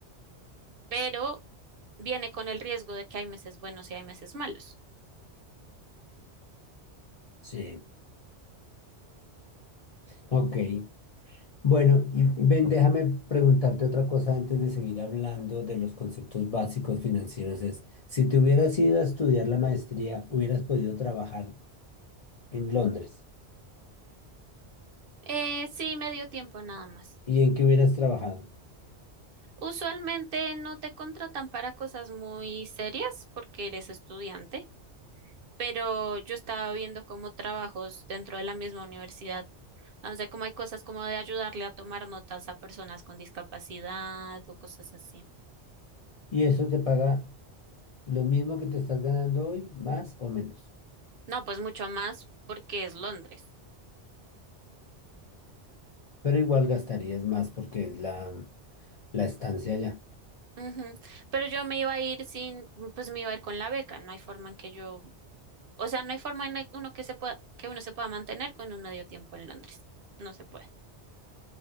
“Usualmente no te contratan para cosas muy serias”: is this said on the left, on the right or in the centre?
Right